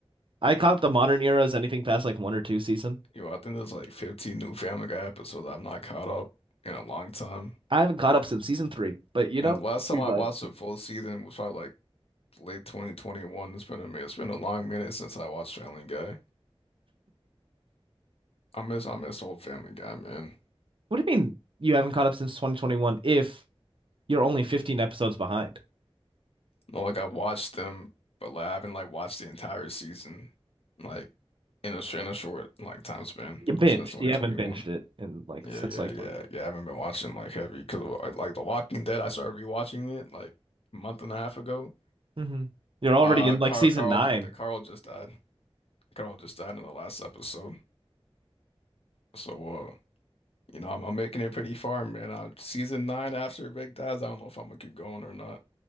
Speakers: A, on the right; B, on the left.
A: I caught the modern era as anything past like one or two season.
B: Yo, I think there's like 15 new Family Guy episodes I've not caught up in a long time.
A: I haven't caught up since season three, but you know,
B: And the last time
A: we
B: I
A: vibe.
B: watched a full season was probably like late 2021. It's been a minute. It's been a long minute since I watched Family Guy. I miss I miss old Family Guy, man.
A: What do you mean you haven't caught up since 2021 if you're only 15 episodes behind?
B: No, like I watched them, but like I haven't like watched the entire season, like in a sh- in a short like time span
A: You binged.
B: since 2021.
A: You haven't binged it in like
B: Yeah,
A: since
B: yeah,
A: like
B: yeah,
A: 20.
B: yeah. I haven't been watching like heavy because like like, The Walking Dead. I started rewatching it like a month and a half ago.
A: Mm-hmm. You're already
B: Uh,
A: in like
B: Carl
A: season
B: Carl
A: nine.
B: just Carl just died. Carl just died in the last episode. So uh, you know, I'm, I'm making it pretty far, man. Uh, season nine after Rick dies, I don't know if I'm gonna keep going or not.